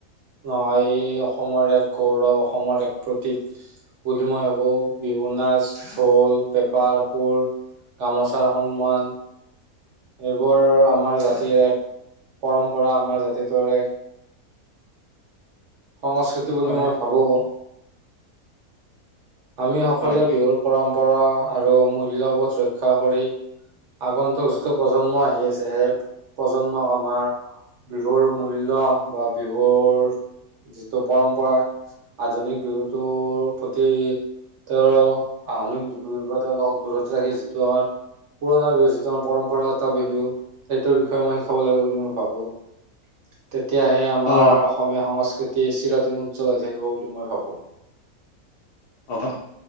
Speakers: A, on the right; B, on the left.
A: নহয়, ই অসমৰ এক গৌৰৱ, অসমৰ এক প্ৰতীক। বুলি মই ভাবো বিহু নাচ, ঢোল, পেপাৰ সুৰ। গামোচাৰ সন্মান। এইবোৰ আমাৰ জাতিৰ এক পৰম্পৰা, আমাৰ জাতিটোৰ এক সংস্কৃতি বুলি
B: হয়
A: মই ভাবোঁ। আমি সকলোৱে
B: হয়
A: বিহুৰ পৰম্পৰা আৰু মূল্যবোধ ৰক্ষা কৰি আগন্তুক যিটো প্ৰজন্ম আহি আছে, সেই প্ৰজন্মক আমাৰ বিহুৰ মূল্য বা বিহুৰ যিটো পৰম্পৰা আধুনিক বিহুতোৰ প্ৰতি তেওঁৰো আধুনিক <unintelligible> দূৰত ৰাখি যিটো আমাৰ পুৰণা বিহু যিটো আমাৰ পৰম্পৰাগত বিহু, সেইটোৰ বিষয়ে মই শিকাব লাগে বুলি মই ভাবোঁ। তেতিয়াহে আমাৰ
B: অ
A: অসমীয়া সংস্ক কৃতি চিৰোদিন উজ্জ্বল হৈ থাকিব বুলি মই ভাবোঁ।
B: অ',